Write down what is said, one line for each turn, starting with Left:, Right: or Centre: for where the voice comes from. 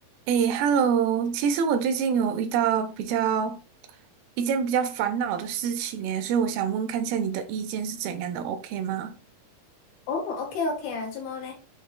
Right: 诶，Hello，其实我最近有遇到比较一件比较烦恼的事情诶，所以我想问看一下你的意见是怎样的，OK 吗？
Left: 哦，OK OK 啊，这么嘞？